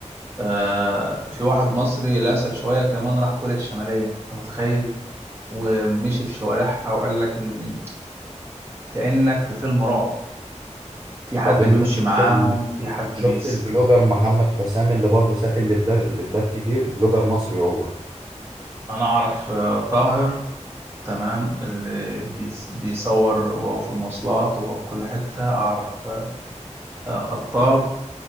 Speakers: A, on the right; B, on the right.
A: آه، في واحد مصري لاسع شوية كمان راح كوريا الشمالية انت متخيل ومشي في شوارعها وقال لك ان كأنك في فيلم رعب في حد
B: طب انت
A: بيمشي
B: شفت
A: معاهم
B: ال...
A: في حد
B: شفت
A: بيص...
B: البلوجر محمد حسام اللي برضه سافر لبلاد لبلاد كتير بلوجر مصري هو
A: انا اعرف آه، طاهر تمام اللي بيص- بيصور وهو في المواصلات وهو في كل حتة اعرف آه، آه، خطاب